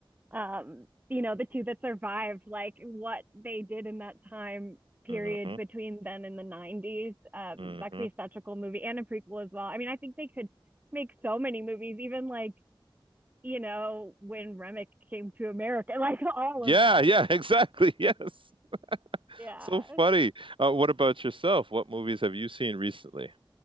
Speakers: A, on the right; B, on the right.
A: um, you know, the two that survived, like what they did in that time period
B: hmm
A: between then and the 90s. Um,
B: hmm
A: that could be such a cool movie and a prequel as well. I mean, I think they could make so many movies, even like you know, when Remick came to America, <laughs> like all
B: Yeah,
A: of that.
B: yeah, <laughs> exactly. Yes.
A: Yeah.
B: So funny. Uh, what about yourself? What movies have you seen recently?